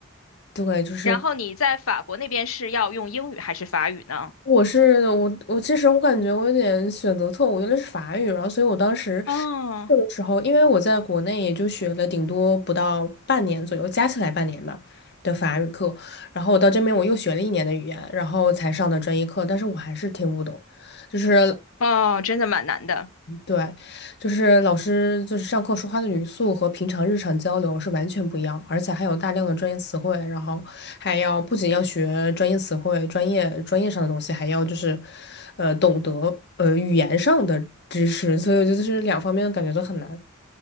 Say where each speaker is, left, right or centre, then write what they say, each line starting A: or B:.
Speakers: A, on the left (about 55°); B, on the left (about 80°).
A: 对，就是
B: 然后你在法国那边是要用英语还是法语呢？
A: 我是我我其实我感觉我有点选择错误，用的是法语，然后所以我当时
B: 哦
A: 这个时候，因为我在国内也就学了顶多不到半年左右，加起来半年吧的法语课，然后我到这边我又学了一年的语言，然后才上的专业课，但是我还是听不懂。就是
B: 哦，真的蛮难的，
A: 对，就是老师就是上课说话的语速和平常日常交流是完全不一样，而且还有大量的专业词汇，然后还要不仅要学专业词汇、专业专业上的东西，还要就是，呃，懂得呃语言上的知识，所以我觉得就是两方面的感觉都很难。